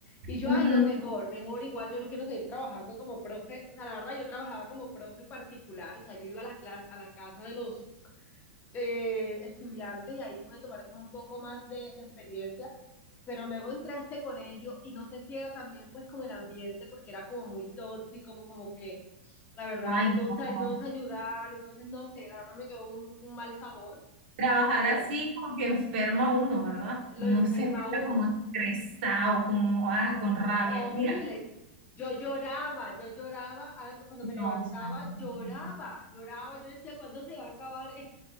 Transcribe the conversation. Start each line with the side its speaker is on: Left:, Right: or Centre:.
Left: Y yo,
Right: Ujú.
Left: ay, no, mejor, mejor, igual yo lo quiero seguir trabajando como profe. O sea, la verdad, yo trabajaba como profe particular, o sea, yo iba a las clases, a la casa de los eh, estudiantes y ahí pude tomar como un poco más de, de experiencia. Pero luego entré a este colegio y no sé si era también pues como el ambiente, porque era como muy tóxico, como, como que la verdad
Right: Ay,
Left: no,
Right: no.
Left: se- no nos ayudaban, entonces no sé, la verdad me quedó un, un mal sabor,
Right: Trabajar
Left: creo.
Right: así como que enferma uno, ¿verdad?
Left: lo
Right: Uno
Left: enferma
Right: se
Left: uno.
Right: ve como estresado, como ah, con rabia.
Left: Horrible.
Right: Mira,
Left: Yo lloraba, yo lloraba, cuando me levantaba,
Right: no, chamo.
Left: lloraba,
Right: no, no.
Left: lloraba, yo decía, ¿cuándo se va a acabar? esto?